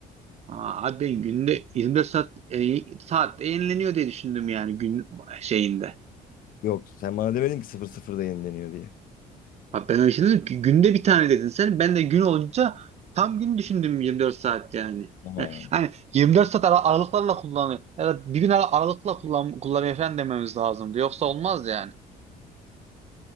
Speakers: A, on the right; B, on the left.
A: Aa, abi ben günde 24 saat e, saat yenileniyor diye düşündüm yani gün şeyinde.
B: Yok sen bana demedin ki 00'da yenileniyor diye.
A: Ha ben öyle şey dedim ki günde bir tane dedin sen. Ben de gün olunca tam gün düşündüm 24 saat yani.
B: Ha.
A: Yani hani 24 saat ara- aralıklarla kullanıyor. Ya da bir gün ara- aralıkla kullan kullanıyor falan dememiz lazımdı. Yoksa olmaz yani.